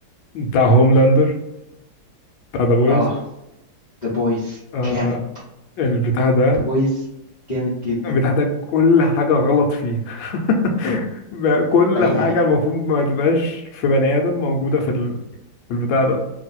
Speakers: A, on the left; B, on the left.
A: بتاع هوملاندر بتاع ذا بويز
B: اه ذا بويز
A: آه،
B: جامد
A: البتاع ده
B: ذا بويز جامد جدا
A: البتاع ده كل حاجة غلط فيه <laughs> بقى كل
B: يعني
A: حاجة المفروض ما تبقاش في بني آدم موجودة في ال- في البتاع ده